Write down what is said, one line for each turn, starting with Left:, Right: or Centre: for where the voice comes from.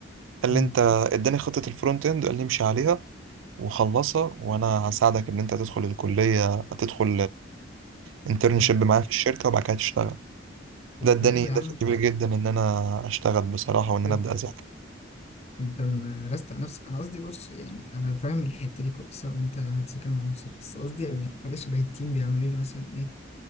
Right: قال
Left: م.
Right: لي انت اداني خطه الفرونت اند وقال لي امشي عليها وخلصها وانا هساعدك ان انت تدخل الكليه تدخل الانترنشيب
Left: شغل
Right: معايا في الشركه وبعد كده تشتغل
Left: طب
Right: ده اداني
Left: حلو يا
Right: دفع
Left: عم أنت
Right: كبير جدا ان انا اشتغل بصراحه وان انا
Left: أنت
Right: ابدا اذاكر
Left: أنت مرست على نفسك أنا قصدي بص يعني أنا فاهم الحتة دي كويسة وأنت هتذاكر مع نفسك بس قصدي يعني حاجة شبه التيم بيعملوا لي مثلا إيه